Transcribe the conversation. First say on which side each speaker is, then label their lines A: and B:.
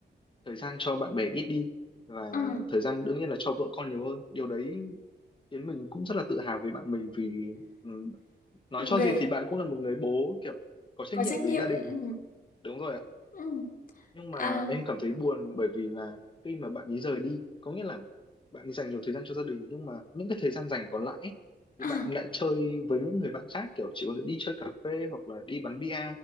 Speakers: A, on the left (about 30°); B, on the left (about 50°).
A: thời gian cho bạn bè ít đi và
B: ừ
A: thời gian đương nhiên là cho vợ con nhiều hơn điều đấy khiến mình cũng rất là tự hào về bạn mình vì ừ, nói cho
B: Ghê,
A: gì thì bạn cũng là một người bố kiểu
B: <laughs>
A: có trách
B: có
A: nhiệm
B: trách
A: với
B: nhiệm
A: gia
B: ừ
A: đình đúng rồi ạ
B: ừ
A: nhưng mà
B: à
A: em cảm thấy buồn bởi vì là khi mà bạn ấy rời đi có nghĩa là bạn ấy dành nhiều thời gian cho gia đình nhưng mà những cái thời gian dành còn lại ấy, thì
B: à
A: bạn lại chơi với những người bạn khác kiểu chỉ có thể đi chơi cà phê hoặc là đi bắn bia